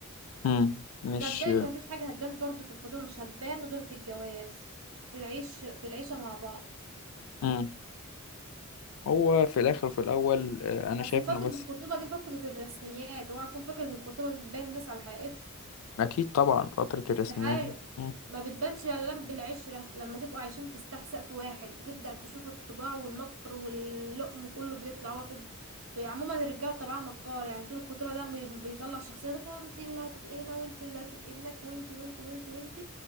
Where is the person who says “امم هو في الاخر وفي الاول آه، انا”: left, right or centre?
Left